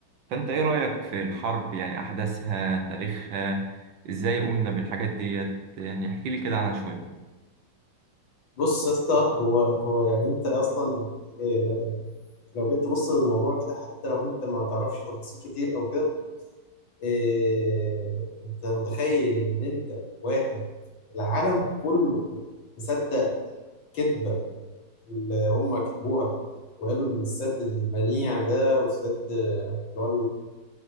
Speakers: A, on the right; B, on the left.
A: فأنت إيه رأيك في الحرب يعني أحداثها تاريخها إزاي قمنا بالحاجات ديت يعني احكيلي كده عنها شوية
B: بص يا اسطى هو هو يعني انت اصلا إيه لو جيت تبص للموضوع كده حتى لو انت ما تعرفش تفاصيل كتير او كده إيه انت متخيل ان انت واحد العالم كله مصدق كذبة اللي هم كتبوها وقالوا ان السد المنيع ده والسد اللي هو